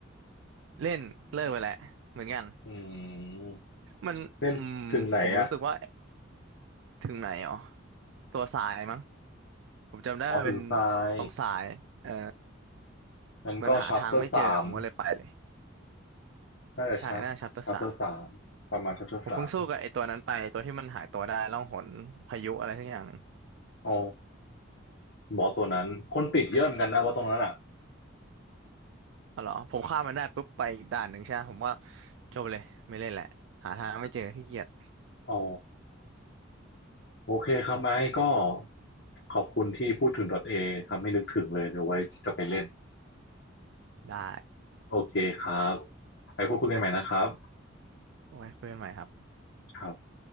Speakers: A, on the right; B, on the left.
A: เล่นเลิกไปแหละเหมือนกัน
B: อืม
A: มันอืมผมรู้สึกว่า
B: เล่นถึงไหนอ่ะ
A: ถึงไหนอ๋อตัวสายมั้งผมจำได้มันเป็น
B: อ๋อถึงทราย
A: ตรงสายเออ
B: งั้นก็ชัปเตอร์สาม
A: เหมือนหาทางไม่เจอผมก็เลยไปเลย
B: น่าจะชัปชัปเตอร์สามประมาณชัปเตอร์สาม
A: ใช่หน้าชัปเตอร์ ผมเพิ่งสู้กับไอ้ตัวนั้นไปตัวที่มันหายตัวได้ล่องหนพายุอะไรสักอย่างหนึ่ง
B: อ๋อบอสตัวนั้นคนติดเยอะเหมือนกันนะบอสตรงนั้นอ่ะ
A: อ๋อเหรอ ผมฆ่ามมันได้ปุ๊บไปอีกด่านหนึ่งใช่ไหมผมว่าจบเลยไม่เล่นแหละหาทางไม่เจอขี้เกียจ
B: อ๋อโอเคครับไอ้ก็ขอบคุณที่พูดถึง .A ทำให้นึกถึงเลยเดี๋ยวไว้จะไปเล่น
A: ได้
B: โอเคครับไปพูดคุยกันใหม่นะครับ
A: ไว้คุยกันใหม่ครับ
B: ครับ